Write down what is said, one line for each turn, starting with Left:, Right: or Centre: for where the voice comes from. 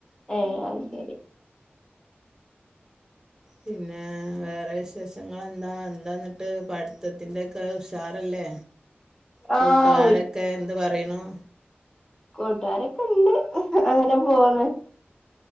Left: ഏഹ് അഹ് ശരി
Right: പിന്നേ വേറെ വിശേഷങ്ങളെന്താ എന്താന്നിട്ട് പഠിത്തത്തിന്റെക്കെ ന്താ ഉഷാറല്ലേ കൂട്ടുകാരൊക്കെ
Left: ആഹ്
Right: എന്ത് പറയ്ണു
Left: കൂട്ടുകാരൊക്കെണ്ട് അങ്ങനെ പോണ്